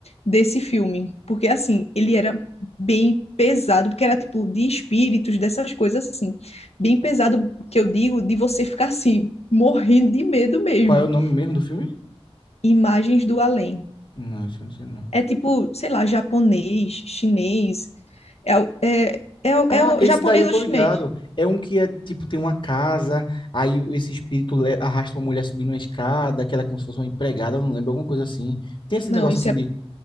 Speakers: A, on the left (about 85°); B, on the left (about 50°).
A: desse filme. Porque assim, ele era bem pesado, porque era tipo de espíritos, dessas coisas assim. Bem pesado, que eu digo, de você ficar assim, morrendo de medo mesmo.
B: Qual é o nome mesmo do filme?
A: Imagens do além.
B: Não, acho que não sei não.
A: É tipo, sei lá, japonês, chinês. É, o- é, é, o-
B: Ah,
A: é o
B: esse
A: japonês
B: daí eu
A: ou
B: tô
A: chinês?
B: ligado. É um que é tipo, tem uma casa, aí o- esse espírito le- arrasta uma mulher subindo uma escada, que ela é como se fosse uma empregada, eu não lembro, alguma coisa assim. Tem esse
A: Não,
B: negócio
A: isso
B: assim
A: é,
B: de.